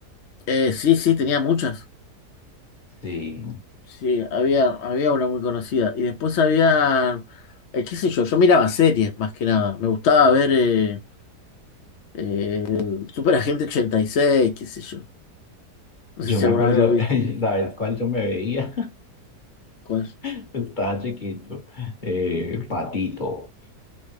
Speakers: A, on the left; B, on the left.
A: eh, sí, sí, tenía muchas.
B: Sí.
A: Sí, había, había una muy conocida. Y después había, eh, qué sé yo, yo miraba series más que nada. Me gustaba ver eh, eh, el Superagente 86, qué sé yo. No
B: Yo
A: sé si
B: me
A: alguna
B: acuerdo,
A: vez lo viste.
B: <laughs> ¿sabes cuál yo me veía?
A: ¿Cuál?
B: <laughs> Estaba chiquito. Eh, Patito.